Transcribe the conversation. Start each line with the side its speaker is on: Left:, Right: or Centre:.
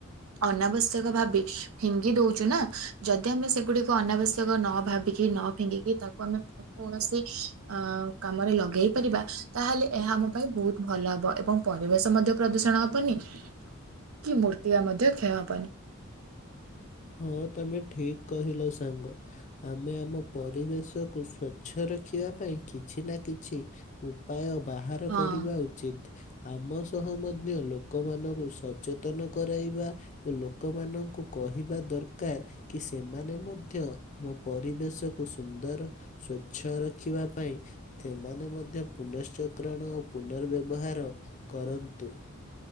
Right: ଅନାବଶ୍ୟକ ଭାବି ଫିଙ୍ଗି ଦଉଚୁ ନା ଯଦି ଆମେ ସେଗୁଡିକୁ ଅନାବଶ୍ୟକ ନ ଭାବି। କି ନ ଫିଙ୍ଗିକି ତାକୁ ଆମେ ପୁଣି କୌଣସି ଆ କାମରେ ଲଗେଇ ପାରିବା ତାହେଲେ ଏହା ଆମ ପାଇଁ ବହୁ ଭଲ ହେବ ଏବଂ ପରିବେଶ ମଧ୍ୟ ପ୍ରଦୂଷଣ ହବନି।
Left: <inaudible>
Right: କି ମୂର୍ତ୍ତିକା ମଧ୍ୟ କ୍ଷୟ ହେବନି।
Left: ହଁ ତମେ ଠିକ୍ କହିଲ ସାଙ୍ଗ। ଆମେ ଆମ ପରିବେଶକୁ ସ୍ଵଚ୍ଛ ରଖିବା ପାଇଁ କିଛି ନା କିଛି। ଉପାୟ ବାହାର
Right: ହଁ।
Left: କରିବା ଉଚିତ। ଆମ ସହ ମଧ୍ୟ ଲୋକମାନଙ୍କୁ ସଚେତନ କରାଇବା। ଓ ଲୋକମାନଙ୍କୁ କହିବା। ଦରକାର କି ସେମାନେ ମଧ୍ୟ ଆମ ପରିବେଶକୁ ସୁନ୍ଦର। ସ୍ଵଚ୍ଛ ରଖିବା ପାଇଁ। ସେମାନେ ମଧ୍ୟ ପୁନଶ୍ଚକ୍ରଣ ଓ ପୁନର୍ବ୍ୟବହାର। କରନ୍ତୁ।